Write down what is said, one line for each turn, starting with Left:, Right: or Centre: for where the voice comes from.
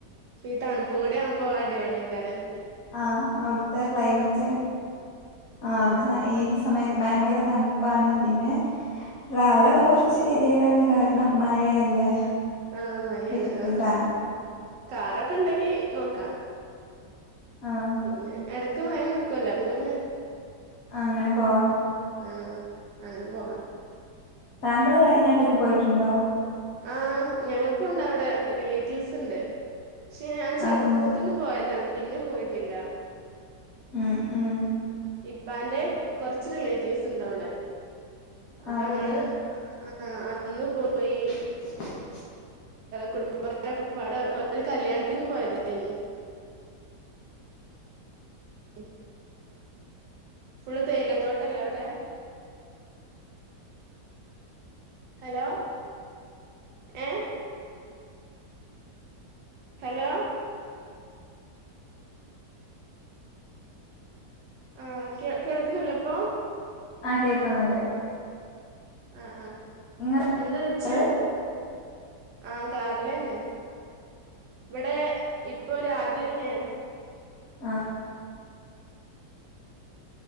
Right: പ്പീ തണുപ്പുംകുടെ ആവുമ്പൊ അടിപൊളിയയ്കാരം
Left: ആഹ് അവിട്ത്തെ ക്ലൈമറ്റ് ആഹ് അവടെന്ന ഏത് സമയത്ത് ഭയ്ങ്കരതൺപ്പാണ് പിന്നെ ട്രാവലൊക്കെ കൊർച്ച് കെത്യേടാണ് കാരണം മഴയല്ലേ
Right: ആഹ് മഴാണ്
Left: ഡിഫിക്കൽട്ടാണ്
Right: ആഹ് കാറൊക്കെ ഇണ്ടങ്കി നോക്ക
Left: ആഹ്
Right: പിന്നെ എട ക്ക് മഴനിക്കൊല്ലോ അപ്പ പിന്നെ
Left: അങ്ങനെ പോവാം
Right: ആഹ് അങ്ങനെ പോകാം
Left: താങ്കള് വയനാട്ട്ക്ക് പോയിട്ടുണ്ടോ
Right: ആ ഞങ്ങൾക്കുണ്ടവിടെ റിലേറ്റീവ്സ് ഉണ്ട് പക്ഷേ ഞാൻ ചെറുപ്പത്തിൽ
Left: ആഹ് ആഹ്
Right: പോയതാണ് പിന്നെ പോയിട്ടില്ല
Left: ഉം ഉം
Right: ഉപ്പാൻ്റെ കുറച്ച് റിലേറ്റീവ്സ് ഉണ്ട് അവടെ അപ്പൊ
Left: ഓക്കെ
Right: ഞങൾ ഉം ആ- അന്ന് പോയി
Left: <unintelligible>
Right: കുടുംബക്കാരൊക്കെ ഒരു കല്യാണത്തിന് പോയതാണ് <unintelligible> ഫുൾ തേയിലത്തോട്ടമല്ലേ അവടെ ഹലോ ഏഹ ഹലോ ആ കേൾക്കുന്നില്ലേ ഇപ്പൊ
Left: ആ കേൾക്കുന്നുണ്ട്
Right: ആ ആ
Left: നിങ്ങൾ
Right: എന്തേ ചോദിച്ചേ
Left: കാറ്
Right: ആ കാറില്ന്നെ ഇവിടേ ഇപ്പൊ രാധ തന്നെ ആ
Left: ആ